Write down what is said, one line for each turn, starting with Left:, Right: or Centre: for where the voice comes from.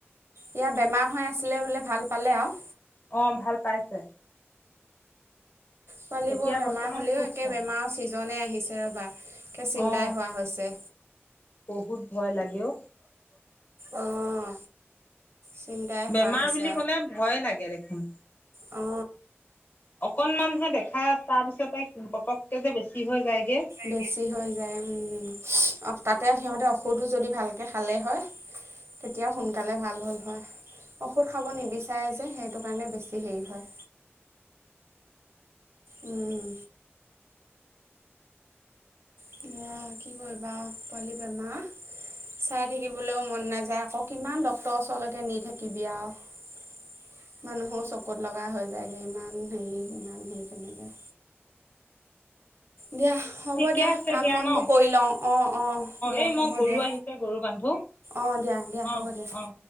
Right: ইয়াৰ বেমাৰ হৈ আছিলে বোলে ভাল পালে আৰু?
Left: অ ভাল পাইছে।
Right: পোৱালী
Left: এতিয়া
Right: বোৰৰ বেমাৰ
Left: বৰ্তমান
Right: হ'লেই
Left: সুস্থ
Right: একে বেমাৰৰ চিজন আহিছে। দেওবাৰ চিন্তাই
Left: অ
Right: হোৱা হৈছে।
Left: বহুত ভয় লাগেও।
Right: অঁ চিন্তাই হোৱা
Left: বেমাৰ
Right: হৈছে
Left: বুলি ক'লে ভয় লাগে দেখোন।
Right: অ
Left: অকণমানহে দেখা তাৰপিছতে পতককৈ যে বেছি হৈ যায়গে
Right: বেছি হৈ যায় উম তাতে সিহঁতে, ঔষধো যদি ভালকৈ খালে হয়, তেতিয়া সোনকালে ভাল হ'ল হয়। ঔষধ খাব নিবিচাৰে যে সেইটো কাৰণে বেছি হেৰি হয়। উ'ম। সেয়া কি কৰিবা আৰু পোৱালি বেমাৰ চাই থাকিবলৈও মন নাযায় আকৌ কিমান ডক্তৰৰ ওচৰলৈকে নি থাকিবি আৰু মানুহৰ চকুত লগা হৈ যায়গৈ ইমান হেৰি ইমান হেৰি তেনেকৈ দিয়া হ'ব
Left: ঠিকে
Right: দিয়া
Left: আছে
Right: কাম
Left: ন
Right: বনবোৰ কৰি লওঁ, অ', অ', দিয়া
Left: এই
Right: হ'ব
Left: মই গৰু
Right: দিয়া,
Left: আহিছে গৰু বান্ধো
Right: অ দিয়া দিয়া
Left: অ
Right: হ'ব দিয়া।
Left: অ